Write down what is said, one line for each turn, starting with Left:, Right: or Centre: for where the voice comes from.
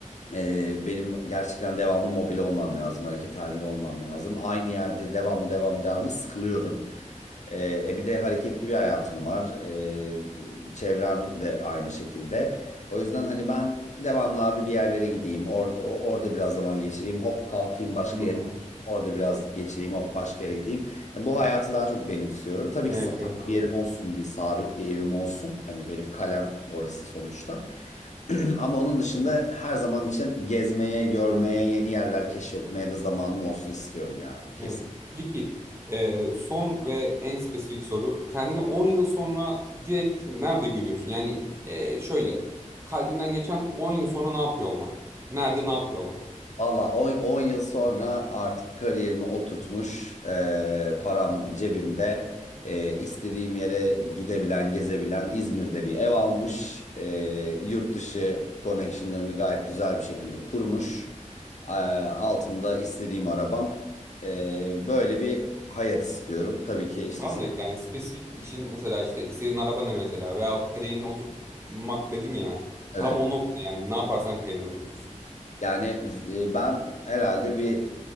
Left: Ee, benim gerçekten devamlı mobil olmam lazım. Hareket halinde olmam lazım. Aynı yerde devamlı devamlı devamlı sıkılıyorum. Ee, e bir de hareketli bir hayatım var. Ee, çevrem de aynı şekilde. O yüzden hani ben devamlı abi bir yerlere gideyim. Or- o- orada biraz zaman geçireyim. Hop kalkayım başka
Right: Hmm.
Left: Orada biraz geçireyim hop başka yere gideyim. Yani bu hayatı daha çok benimsiyorum. Tabii
Right: Evet,
Left: ki sabit
Right: evet, anladım.
Left: bir yerim olsun, bir sabit bir evim olsun. Hani benim kalem orası sonuçta. <clears throat> Ama onun dışında her zaman için gezmeye, görmeye, yeni yerler keşfetmeye de zamanım olsun istiyorum ya. Kesin.
Right: Evet. Peki, e, son ve en spesifik soru. Kendini 10 yıl sonra direkt nerede görüyorsun? Yani e, şöyle, kalbinden geçen 10 yıl sonra ne yapıyor olmak? Nerede ne yapıyor olmak?
Left: Valla 10 yıl sonra artık kariyerimi oturtmuş, e, param cebimde, e, istediğim yere gidebilen, gezebilen İzmir'de bir ev almış, e, yurt dışı connectionlarını gayet güzel bir şekilde kurmuş, E, altımda istediğim arabam, E, böyle bir hayat istiyorum. Tabii ki işte
Right: Tamam
Left: se-
Right: da Yani spesifik işin mesela işte istediğin araba ne mesela veyahut kariyerini oturtmak dedin ya.
Left: evet
Right: Tam o noktada yani ne yaparsan kariyerini oturtursun.
Left: Yani e, ben herhalde bir